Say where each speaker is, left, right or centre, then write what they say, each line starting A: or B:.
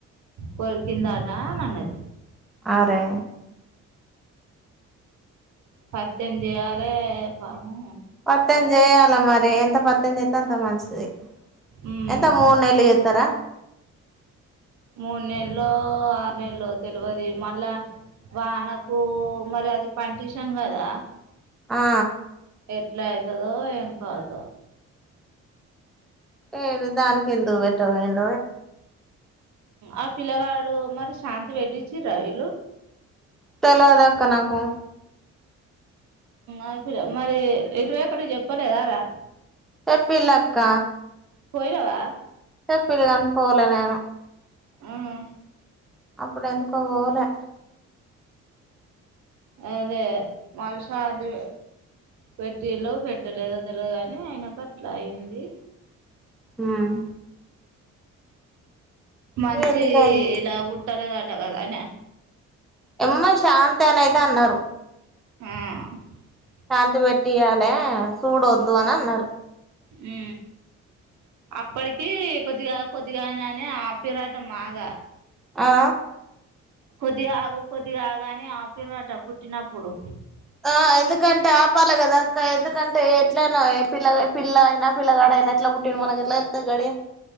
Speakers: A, on the right (about 70°); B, in the centre.
A: ప కన్నా దా మన్నది
B: ఆరే
A: పత్జ ఆాల పావం
B: పత్తజే అలమరి అరే ఎంత పత్ం ఎంతంత మనస్తది
A: మ్మ్
B: ఎంత మూర్ెలు ఇతార
A: మూడు నెలలో ఆరు నెలలో తెలియదు మళ్ళా వానకు మరి అది పంటిషం కదా
B: ఆ
A: ఎట్లా అవుతుదో ఏం కాదో
B: ఏడు దానక ఎందు పెట్టా వేండ
A: ఆ పిలగాడు అరి శాంత బెఠించి రవలు
B: తెలవదాక్క నాకు
A: అ మరి ఇరవై అక్కడికి చెప్పలేదారా
B: చెప్పలా అక్క
A: పోయిరావా
B: చెప్పిల్ కని పోవలే నేను
A: ఆవు
B: అప్పుడు ఎందుకో పోలే
A: అదే మల్శాంతి పెట్టిళ పెట్టలేదో తెలుగాని ఆయన అట్లా అయి్యంది
B: మ్మ్
A: మంచి
B: ఎందుకైందో
A: ఇలాగు తదటకాదనా
B: ఎమ్మ శాంతి అన అయితే అన్నారు
A: హు
B: శాంతి పెట్టియాలి సూడొద్దు అని అన్నారు
A: ఉ అప్పటికి కొద్దిగా కొద్దిగా అని ఆపిరట మాగా
B: ఆ
A: కొద్దిగా ఆగు కొద్దిగా ఆగా అని ఆపిర్రట పుట్టినప్పుడు
B: ఆ ఎందుకంటే ఆపాలి కదా అక్క ఎందుకంటే ఎట్లయినా ఏ పిల్ల పిల్ల అయినా పిల్లగా ఆడయినా ఎట్లా పుట్టిడు మనకి ఎట్లా తెలుత్తది గడియ